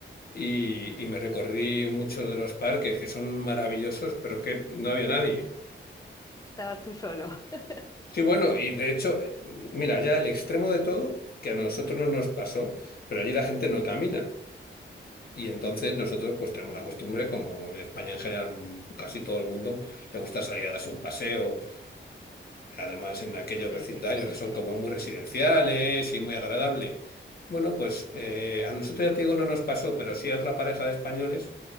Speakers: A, on the left (about 50°); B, on the left (about 20°).
A: y,
B: Mm,
A: y me recorrí muchos de los parques que son maravillosos, pero es que no había nadie.
B: Estabas tú solo. <laughs>
A: Sí, bueno, y de hecho, eh, mira, ya el extremo de todo, que a nosotros no nos pasó, pero allí la gente no camina. Y entonces nosotros pues tenemos
B: Mm,
A: la costumbre, como en España en general mm, casi todo el mundo le gusta salir a darse un paseo Además, en aquellos
B: sí,
A: vecindarios
B: sí,
A: que
B: sí.
A: son como muy residenciales y muy agradable. Bueno, pues eh, a nosotros ya te digo, no nos pasó, pero sí a otra pareja de españoles,